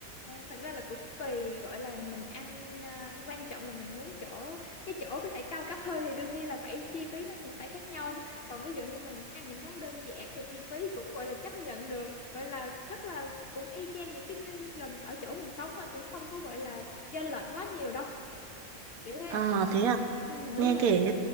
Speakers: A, on the left; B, on the right.
A: thật ra là cũng tùy gọi là mình ăn à, quan trọng là mình muốn chỗ cái chỗ có thể cao cấp hơn thì đương nhiên là phải chi phí nó sẽ phải khác nhau còn ví dụ như mình muốn ăn những món đơn giản thì chi phí cũng gọi là chấp nhận được gọi là rất là cũng y chang những cái nơi gần ở chỗ mình sống thôi cũng không có gọi là chênh lệch quá nhiều đâu kiểu thế
B: À thế à,
A: ừ đúng
B: nghe
A: rồi
B: kể